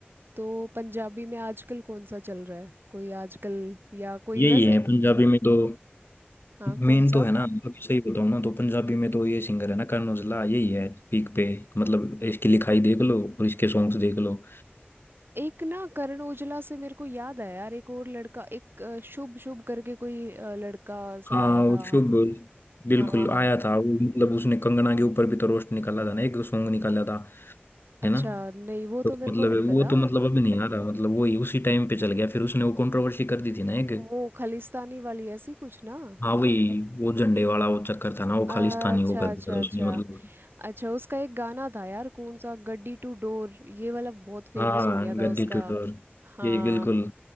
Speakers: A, on the right; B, on the left.
A: तो पंजाबी में आजकल कौन सा चल रहा है कोई आजकल या कोई
B: यही
A: वैसे
B: है पंजाबी में तो
A: हाँ कौन
B: मेन तो
A: सा
B: है ना अभी सही बताऊँ ना तो पंजाबी में तो ये सिंगर है ना करण औजला यही है पीक पे मतलब इसकी लिखाई देख लो और इसके सॉन्ग्स देख लो
A: एक ना करण ओजला से मेरे को याद आया यार एक और लड़का एक अ, शुभ शुभ करके कोई अ, लड़का सा
B: हाँ
A: आया
B: वो
A: था
B: शुभ बिल्कुल
A: हाँ
B: आया था वो मतलब उसने कंगना के ऊपर भी तो रोस्ट निकाला था ना एक सॉन्ग निकाला था
A: अच्छा
B: है ना
A: नहीं वो
B: तो
A: तो मेरे
B: मतलब
A: को नहीं
B: वो
A: पता
B: तो मतलब अभी नहीं आ रहा मतलब वही उसी टाइम पे चल गया फिर उसने वो कंट्रोवर्सी कर दी थी ना एक
A: वो खालिस्तानी वाली ऐसी कुछ ना
B: हाँ वही वो झंडे वाला वो चक्कर था ना वो
A: अच्छा
B: खालिस्तानी वो कर
A: अच्छा
B: दिया था
A: अच्छा
B: उसने मतलब
A: अच्छा उसका एक गाना था यार कौन सा गड्डी टू डोर ये वाला बहुत फेमस
B: हाँ
A: हो गया था
B: गद्दी
A: उसका
B: टुटोर
A: हाँ
B: यही बिल्कुल